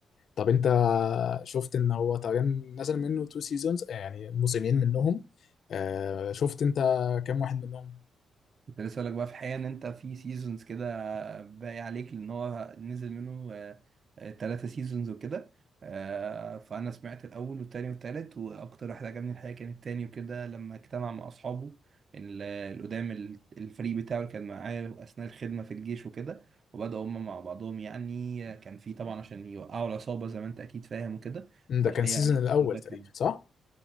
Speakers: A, on the left; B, on the right.
A: طب انت شفت ان هو تقريبا نزل منه تو سيزونز يعني موسمين منهم آه شفت انت كام واحد منهم
B: كنت لسه هقولك بقى في حقيقة ان انت في سيزونز كده باقي عليك لان هو نزل منه ثلاثة سيزونز وكده آه، فانا سمعت الاول والتاني والتالت واكتر واحد عجبني الحقيقة كان التاني وكده لما اجتمع مع اصحابه ال- القدام ال- الفريق بتاعه اللي كان معاه اثناء الخدمة في الجيش وكده وبدأوا هما مع بعضهم يعني كان في طبعا عشان يوقعوا العصابة زي ما انت اكيد فاهم وكده
A: مم،
B: فالحقيقة
A: ده كان سيزون
B: يعني
A: الاول
B: ده
A: تقريبا
B: كان
A: صح